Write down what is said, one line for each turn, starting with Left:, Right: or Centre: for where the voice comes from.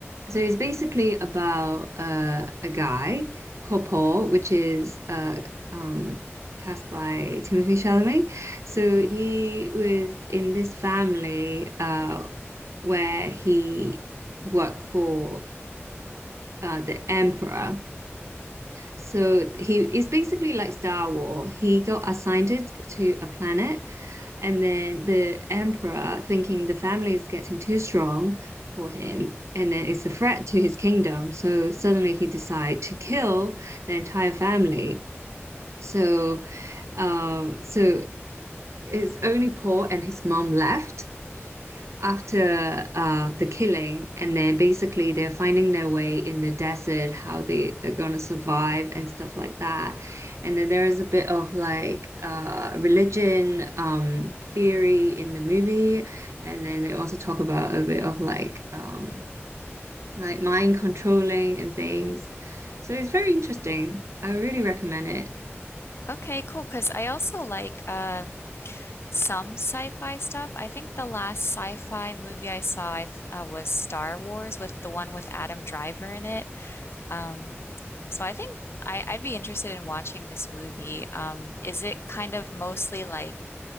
Right: so it's basically about uh, a guy called Paul, which is uh um cast by Timothy Chalamet. So he was in this family uh where he worked for uh, the emperor. So he is basically like Star Wars. He got assigned it to a planet, and then the emperor, thinking the family is getting too strong for him, and then it's a threat to his kingdom. So suddenly he decide to kill the entire family. So, um, so his only Paul and his mom left. after uh, the killing, and then basically they're finding their way in the desert, how they are gonna survive and stuff like that. And then there is a bit of like uh, religion um, theory in the movie, and then they also talk about a bit of like um, like mind controlling and things. So it's very interesting. I really recommend it.
Left: Okay, cool. Because I also like um some sci-fi stuff. I think the last sci-fi movie I saw I th- uh, was Star Wars with the one with Adam Driver in it. Um, so I think I, I'd be interested in watching this movie. Um, is it kind of mostly like